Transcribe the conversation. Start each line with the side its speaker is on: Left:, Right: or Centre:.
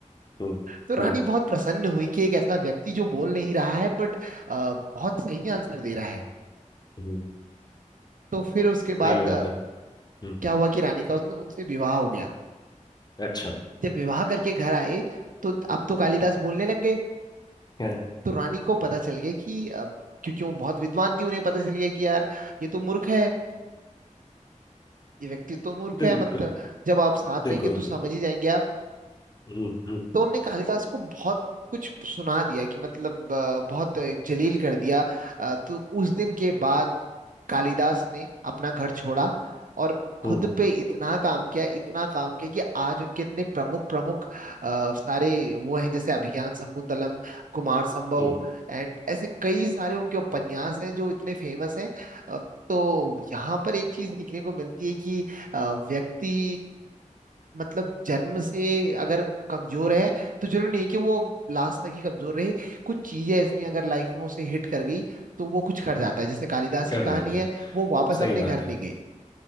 Left: हम्म,
Right: तो रानी
Left: हम्म,
Right: बहुत प्रसन्न हुई कि एक ऐसा व्यक्ति जो बोल नहीं रहा है बट बहुत सही आंसर दे रहा है
Left: हम्म,
Right: तो फिर उसके बाद
Left: सही बात
Right: आ,
Left: है हम्म
Right: क्या हुआ कि रानी का उसने उनसे विवाह हो गया
Left: अच्छा
Right: जब विवाह करके घर आए तो अब तो कालिदास बोलने लग गए
Left: हाँ,
Right: तो रानी को पता चल गया कि आ, क्योंकि वो बहुत विद्वान थी उन्हें पता चल गया कि यार ये तो मूर्ख है ये व्यक्ति तो मूर्ख
Left: बिल,
Right: है मतलब
Left: बि-
Right: जब आप साथ रहेंगे
Left: बिल्कुल
Right: तो समझ ही जाएंगे आप
Left: हम्म हम्म
Right: तो उनने कालिदास को बहुत कुछ सुना दिया कि मतलब अ, बहुत जलील कर दिया अ, तो उस दिन के बाद कालिदास ने अपना घर छोड़ा और खुद
Left: हम्म
Right: पे इतना काम किया इतना काम किया कि आज उनके इतने प्रमुख प्रमुख अ, सारे वो हैं जैसे अभिज्ञान शकुंतलम कुमार संभव
Left: हम्म,
Right: एंड ऐसे कई सारे उनके उपन्यास हैं जो इतने फेमस हैं अ, तो यहाँ पर एक चीज सीखने को मिलती है कि अ, व्यक्ति मतलब जन्म से अगर कमजोर है तो जरूरी नहीं कि वो लास्ट तक ही कमजोर रहे कुछ चीजें ऐसी हैं अगर लाइफ में उसे हिट कर गई तो वो कुछ कर जाता है जैसे कालिदास की
Left: कट
Right: कहानी
Left: जाता
Right: है
Left: है
Right: वो वापस
Left: सही
Right: अपने
Left: बात
Right: घर
Left: है
Right: नहीं गए